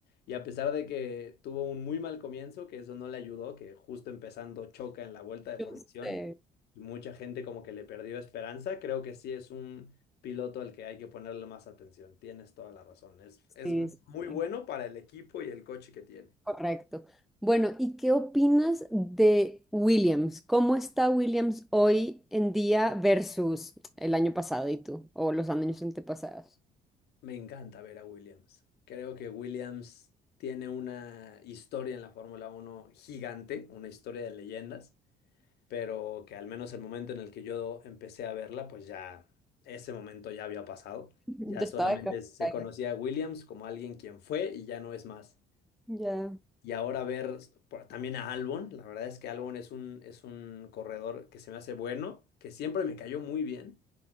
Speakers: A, on the left (about 75°); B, in the centre.
A: Y a pesar de que tuvo un muy mal comienzo, que eso no le ayudó, que justo empezando choca en la vuelta de
B: Yo
A: formación,
B: sé.
A: y mucha gente como que le perdió esperanza, creo que sí es un piloto al que hay que ponerle más atención. Tienes toda la razón. Es, es
B: Sí, sí,
A: muy
B: sí,
A: bueno para el equipo y el coche que tiene.
B: correcto. Bueno, ¿y qué opinas de Williams? ¿Cómo está Williams hoy en día versus el año pasado y tú, o los años antepasados?
A: Me encanta ver a Williams. Creo que Williams tiene una historia en la Fórmula Uno gigante, una historia de leyendas, pero que al menos el momento en el que yo empecé a verla, pues ya ese momento ya había pasado.
B: <laughs>
A: Ya
B: Ya
A: solamente
B: estaba de capa
A: se
B: caída.
A: conocía a Williams como alguien quien fue y ya no es más.
B: Ya.
A: Y ahora ver por- también a Albon, la verdad es que Albon es un, es un corredor que se me hace bueno, que siempre me cayó muy bien